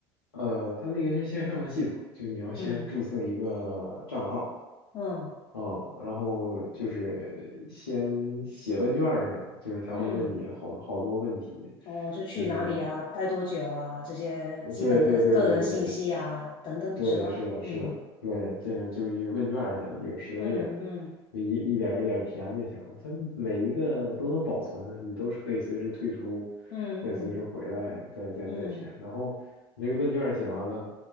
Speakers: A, on the left; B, on the left.
A: 呃，他那个是线上的系统，就你要先注册一个账号。
B: 嗯嗯
A: 啊，然后就是先写问卷儿似的，就是他会问你好好多问题，
B: 嗯，哦，就去哪里啊，
A: 就是
B: 待多久啊，这些基本的个人信息啊，
A: 对对对对对
B: 等等，
A: 对，
B: 是吧？
A: 是的，是的，
B: 嗯
A: 对，这个就一个问卷儿似的，有十多页儿，
B: 嗯嗯
A: 一一点儿一点儿填就行了。它每一个都能保存的，你都是可以随时退出，
B: 嗯
A: 再随时回来，再再再填。
B: 嗯嗯。
A: 然后你这个问卷儿写完了，